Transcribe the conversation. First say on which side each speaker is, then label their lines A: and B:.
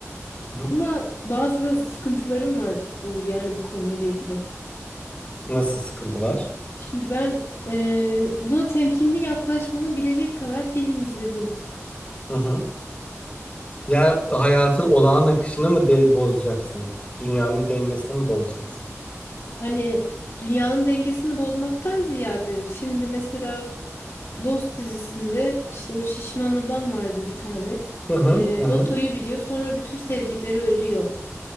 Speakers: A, on the left; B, on the left.
A: Hı hı.
B: Ama bazı sıkıntılarım var olur yani bu konuyla ilgili.
A: Nasıl sıkıntılar?
B: Şimdi ben eee, buna temkinli yaklaşmamı bilecek kadar film izledim.
A: Hı hı. Yani hayatın olağan akışını mı de bozacaksın? Dünyanın dengesini mi bozacaksın?
B: Hani dünyanın dengesini bozmaktan ziyade şimdi mesela Lost dizisinde işte o şişman adam vardı bir tane.
A: Hı hı.
B: Eee,
A: Hı hı.
B: lotoyu biliyor sonra bütün sevdikleri ölüyor.